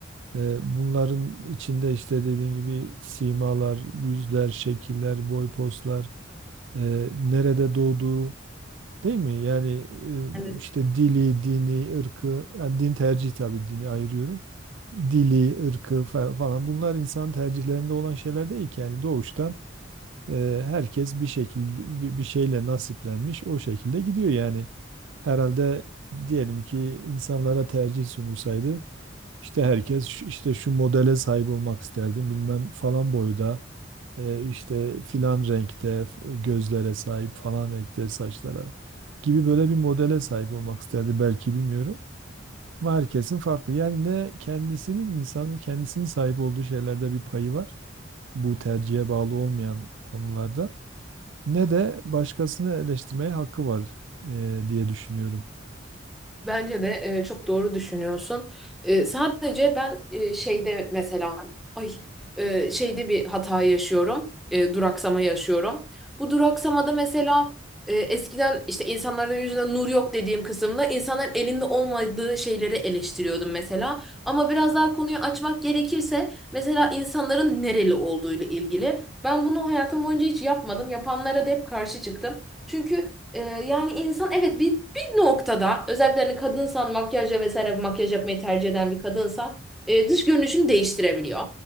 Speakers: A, on the right (about 75°); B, in the centre.
A: e, bunların içinde işte dediğin gibi simalar, yüzler, şekiller, boy, postlar, e, nerede doğduğu, Değil mi? Yani e,
B: Evet.
A: işte dili, dini, ırkı, yani din tercihi tabii dini ayırıyorum. Dili, ırkı fa- falan bunlar insan tercihlerinde olan şeyler değil ki. Yani doğuştan e, herkes bir şekilde bir, bir şeyle nasiplenmiş o şekilde gidiyor yani. Herhalde diyelim ki insanlara tercih sunulsaydı işte herkes şu- işte şu modele sahip olmak isterdim bilmem falan boyda e, işte filan renkte f- gözlere sahip falan renkte saçlara gibi böyle bir modele sahip olmak isterdi belki bilmiyorum. Ama herkesin farklı. Yani ne kendisinin insanın kendisinin sahip olduğu şeylerde bir payı var. Bu tercihe bağlı olmayan konularda. Ne de başkasını eleştirmeye hakkı var e, diye düşünüyorum.
B: Bence de e, çok doğru düşünüyorsun. E, sadece ben e, şeyde mesela ay e, şeyde bir hata yaşıyorum. E, duraksama yaşıyorum. Bu duraksamada mesela e, eskiden işte insanların yüzünden nur yok dediğim kısımda insanların elinde olmadığı şeyleri eleştiriyordum mesela. Ama biraz daha konuyu açmak gerekirse mesela insanların nereli olduğuyla ilgili. Ben bunu hayatım boyunca hiç yapmadım. Yapanlara da hep karşı çıktım. Çünkü e, yani insan evet bir bir noktada özellikle hani kadınsan makyajla vesaire makyaj yapmayı tercih eden bir kadınsa e, dış görünüşünü değiştirebiliyor.